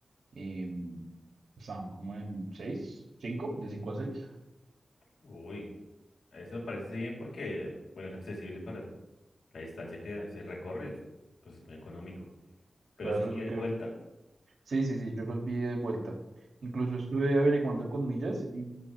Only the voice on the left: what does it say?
Uy, eso me parece bien porque, bueno, es accesible para la distancia que se recorre, pues es muy económico. Pero
eso es
ida
y vuelta.